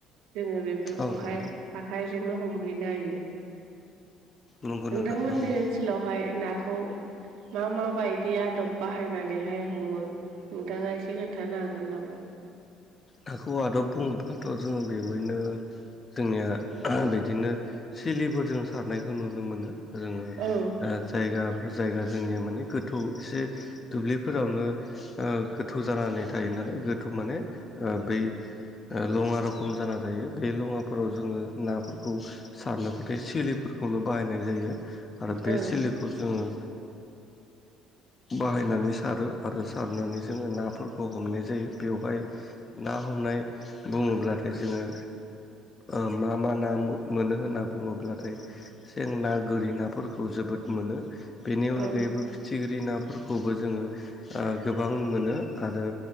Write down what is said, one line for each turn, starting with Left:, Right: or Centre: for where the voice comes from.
Right: जोङो बेफोरखौहाय
Left: औ नंगौ
Right: आखाइजोंनो हमहैनो हायो
Left: नंगौ
Right: नोंथांमोननि
Left: नोंथां थारैनो
Right: ओनसोल सोलावहाय नाखौ मा माबायदि आदब बाहायनानैहाय हमो नोंथाङा एसे खोन्थानो हागोन नामा
Left: नाखौ आदब बुङोब्लाथ' जोङो बेवहनो जोंनिया बिदिनो सिलिफोरजों सारनायखौ नुनो मोनो। जोङो
Right: औ
Left: जायगा जायगा जोंनिया माने गोथौ एसे दुब्लिफोरावनो ओ गोथौ जानानै थायो नालाय गोथौ माने ओ बै लङा रखम जाना थायो बे लङाफोराव जोङो नाफोरखौ सारनोबो सिलिफोरखौनो बाहायनाय जायो आरो बे
Right: औ
Left: सिलिखौ खौ जोङो बाहायनानै सारो आरो सारनानै जोङो नाफोरखौ हमनाय जायो बेवहाय ना हमनाय बुङोब्लाथाय जोङो ओ मा मा ना मोनो होनना बुङोब्लाथाय सें ना गोरि नाफोरखौ जोबोद मोनो बेनि
Right: औ
Left: अनगायैबो फिथिख्रि नाफोरखौबो जोङो ओ गोबां मोनो आरो